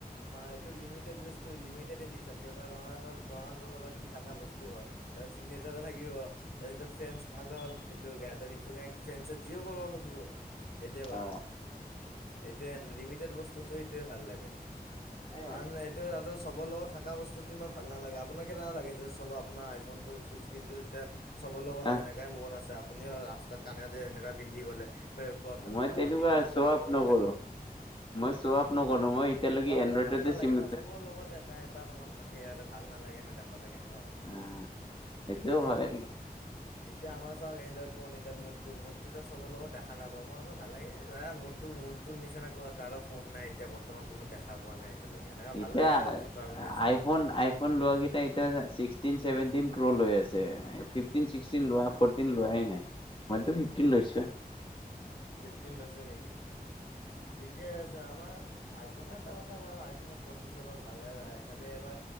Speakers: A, on the left; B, on the left.
A: হয় সেটো লিমিটেড বস্তু লিমিটেড এডিশ্যন দৰাৰ দৰাটোৰ লগত যি থাকা বস্তু হয় চিগনেচাৰো থাকিব। এইটো ফেঞ্চ আগৰৱাল। গা তো সেইটো গা তো কি ফেঞ্চ আচ্ছা যিও কৰিব' খুজিব সেইটোৱে কথা।
B: অ
A: এইটোৱে লিমিটেড বস্তুটো এইটোৱে ভাল লাগে,
B: এ
A: আৰু এইটো আৰু চবৰ লগত, থকা বস্তুটো ইমান ভাল নালাগে আপোনাক কেনেকুৱা লাগে যে চব আপোনাৰ আইফোনটো ফিফটিন টো যেতিয়া চবৰ লগতে
B: আহ
A: সেনেকাই মোভঅন আছে। আপুনি আৰু ৰাস্তাত কানেদি সেনেকা পিন্ধি গ'লে
B: মই
A: কথা
B: তেনেকুৱা
A: পাতি গ'লে
B: শ্ব
A: চবৰ
B: আপ
A: লগতে
B: নকৰো
A: দেখা পাব
B: মই শ্ব আপ নকৰো মই এতিয়ালৈকে
A: তথাপিতো
B: এনডইডেতে
A: ভাল নালাগে
B: চিম
A: ন চবৰ লগত এটা এটা ফোন থাকে আৰু ভাল নালাগে না দেখাব তাতে কেনেকুৱা লাগে
B: আহ সেইটোও
A: এতিয়া
B: হয়
A: মোৰ। এতিয়া আমাৰ চ আই ফোন এতিৱা এটা মো <unintelligible> ত' মটটো চবৰ লগত দেখা নাপাওঁ। মোৰতো আকৌ ভাল লাগে যা মোৰতো মোৰতো নিচিনা কাৰো ফোন নাই এতিয়া বৰ্তমান কোনো দেখা পোৱা নাই এতিয়ালৈকে এনেকুৱা ভাল
B: এতিয়া
A: লাগে আৰু কাৰো নিচিনা
B: আইফোন
A: নাই
B: আইফোন লোৱা কেইটা চিছটিন ছেভেন্তিন প্ৰো লৈ আছে ফিফটিন চিছটিন ফৰটিন লোৱা নাই মইতো ফিফটিন লৈছোঁ।
A: ফিফটিন লৈছে নেকি? ঠিকে আছে। আমাৰ আইফোনৰ এটা কথা ভাল আইফোনৰ প্ৰচেছৰো ভালে ৰাে খালি এবাৰ